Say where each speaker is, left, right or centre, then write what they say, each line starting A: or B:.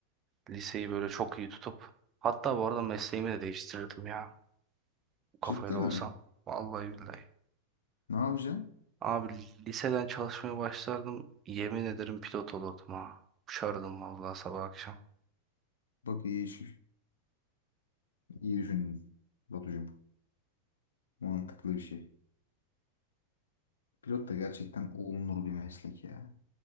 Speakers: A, on the right; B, on the left.
A: Liseyi böyle çok iyi tutup hatta bu arada mesleğimi de değiştirirdim ya. Bu kafayla
B: Ciddi
A: olsam.
B: mi?
A: Vallahi billahi.
B: Ne yapacaksın?
A: Abi liseden çalışmaya başlardım. Yemin ederim pilot olurdum ha. Uçardım vallahi sabah akşam.
B: Bak iyi iş, iyi düşündün Batucuğum. Mantıklı bir şey. Pilot da gerçekten olunur bir meslek ya.